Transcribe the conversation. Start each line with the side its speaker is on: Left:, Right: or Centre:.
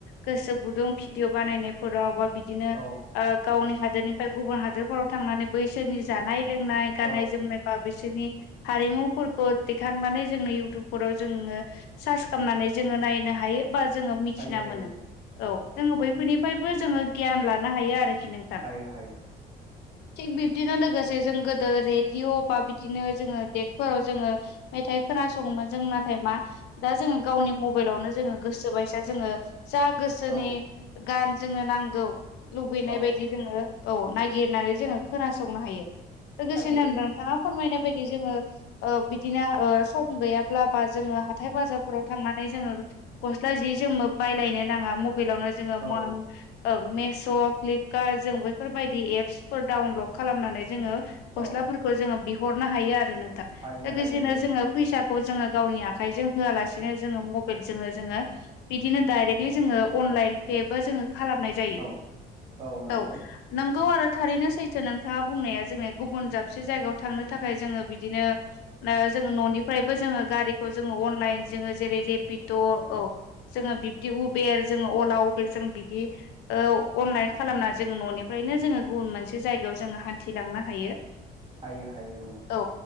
Left: गोसो गुदुं भिडिअ बानायनायफोराव बा बि बिदिनो
Right: औ
Left: गावनि हादोरनिफ्राय गुबुन हादोरफोराव थांनानै बैसोरनि जानाय लोंनाय गाननाय
Right: औ
Left: जोमनाय बा बिसोरनि हारिमु फुलखौ देखांनानै जोंनो इउटुब फोराव जोङो सार्च खालामनानै जोङो नायनो हायो बा जोङो मिथिना
Right: हायो हायो
Left: मोनो औ जोङो बैफोरनिफ्रायबो जोङो गियान लानो हायो आरोखि नों
Right: हायो हायो
Left: थिग बिब्दिनो लोगोसे जों गोदो रेडिअ' बा बिदिनो जोङो देग फोराव जोङो मेथाइ खोनासङोमोन जों नाथाय मा दा जोङो गावनि मबाइलावनो जोङो गोसोबायसा जोङो जा गोसोनि
Right: औ
Left: गान जोंनो नांगौ लुबैनाय
Right: औ
Left: बायदि जोङो औ नायागिरनानै जोङो खोनासंनो हायो लोगोसेनो
Right: हायो
Left: नोंथाङा फोरमायनाय बायदि जोङो औ बिदिनो सम गैयाब्ला बा जोङो हाथाय बाजारफोराव थांनानै जोङो गस्ला जि जों बायलायनो नाङा मबाइलावनो जोङो
Right: औ
Left: मुवा ओं मेश' फ्लिपकार्ट जों बैफोरबायदि एप्सफोर डाउनलड खालामनानै जोङो गस्लाफोरखौ
Right: औ
Left: जोङो बिहरनो हायो आरो नोंथां
Right: हायो
Left: लोगोसेनो
Right: हायो
Left: जोङो फैसाखौ जोङो गावनि आखाइजों होआलासिनो जोङो मबाइलजोंनो जोङो बिदिनो डायरेक्टलि जोङो अनलाइन फेबो जोङो खालामनाय जायो
Right: औ औ नंगौ
Left: औ नोंगौ आरो थारैनो सैथो नोंथाङा बुंनाया जोंनिया गुबुन जाबसे जायगायाव थाखाय जोङो बिदिनो ओ जोङो न'निफ्रायबो जोङो गारिखौ जोङो अनलाइन जोङो जेरै रेपिद' औ जोङो बिब्दि उबेर जोङो अला उबेर जों बिदि औ अनलाइन खालामना जोङो न'निफ्रायनो जोङो गुबुन मोनसे जायगायाव जोङो हान्थिलांनो हायो <inaudible>
Right: हायो हायो औ
Left: औ